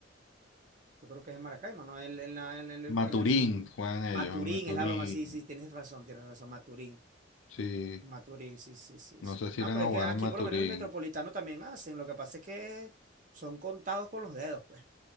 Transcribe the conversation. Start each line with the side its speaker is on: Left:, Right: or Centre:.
Right: Yo creo que es en Maracaibo, ¿no? El- en, la- en el,
Left: Maturín,
Right: en el-
Left: juegan ellos
Right: Maturín,
Left: en Maturín.
Right: es la broma, sí, sí, tienes razón, tienes razón, Maturín.
Left: Sí,
Right: Maturín, sí, sí, sí,
Left: no
Right: sí.
Left: sé si
Right: No,
Left: irán
Right: pero
Left: a
Right: es
Left: jugar
Right: que aquí
Left: en Maturín.
Right: por lo menos en el metropolitano también hacen, lo que pasa es que son contados con los dedos, pues.